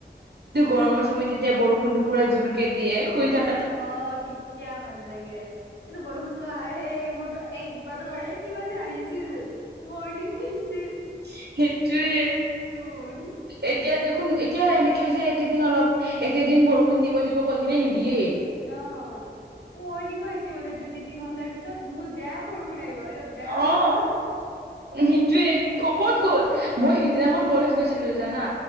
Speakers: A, on the right; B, on the left.
A: উম গৰমৰ সময়ত যেতিয়া বৰষুণ তো পুৰা জোৰকৈ দিয়ে শুই থাক
B: অঁ তেতিয়া ভাল লাগে কিন্তু বৰষুণ তো আহে এইবোৰতো একবাৰো লে এই কি বি আহিছিল ৱৰ্ণিক লিষ্টত
A: সেইটোৱে
B: চোন
A: এতিয়া দেখোন এক এতিয়া এনেকে হৈছে এইকেদিন অলপ এইকেদিন বৰষুণ দিব দিব কৈ কিনে নিদিয়েই
B: অ ৱৰ্ণিংও আহিছে বোলে দুই তিনি ঘণ্টাৰ পিছত বহুত ব্যয়াম বৰষুণ নাহিব এ বেয়া
A: অ',
B: বৰষুন
A: সেইটোয়ে ক'ত গ'ল মই সিদিনাখন কলেজ গৈছিলো জানা